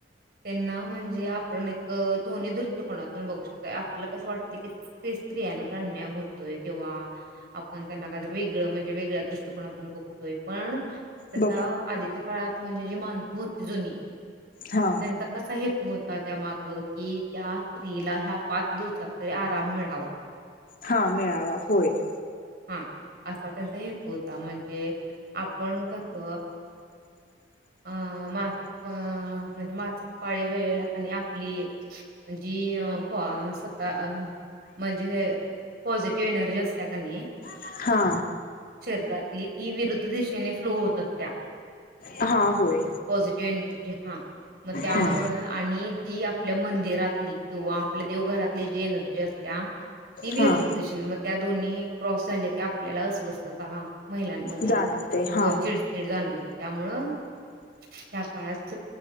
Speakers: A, on the right (about 55°); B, on the left (about 50°).
A: त्यांना म्हणजे आपण एक दोन्ही दृष्टकोनातून बघू शकतोय आपल्याला कसं वाटत कि ते स्त्रियांवर अन्याय होतोय किंवा आपण त्यांना काहीत वेगळ म्हणजे वेगळ्या दृष्टिकोनातून बघतोय पण त्यास
B: बघ
A: आधीच्या काळात म्हणजे जे माण <inaudible> होती जुनी <inaudible>
B: हा
A: त्यांचा कसा हेतू होत <inaudible> त्या माग कि त्या स्त्रीला ह्या पाच दिवसात तरी आराम मिळावा <inaudible>
B: हा मिळावा होय <inaudible>
A: हा असा त्यांचा हेतू होता म्हणजे आपण कस अ मासिक म्हणजे मासिक पाळी वेळेला कनाय आपली जी अ स्वतः म्हणजे <inaudible> पॉझिटिव्ह एनर्जी असत कानाई <inaudible>
B: हा
A: शरीरातली ती विरुद्ध <inaudible> दिशेने फ्लो होत असत्या
B: हा होय
A: पझिटिव एनर्जी हा मग त्यामुळे
B: हा
A: आणि जी आपल्या मंदिरातली किं आपल्या <inaudible> व घरातली जे न जे असत <inaudible> ती विरुद्ध
B: हा
A: दिशेने म <inaudible> दोन्ही क्रॉस झालं की आपल्याला अस्वस्थता <inaudible> महिलांमध्ये
B: जाणवते हा
A: किंवा चिडचिड जाणवते <inaudible> त्यामुळं <inaudible> त्याकाळात <inaudible>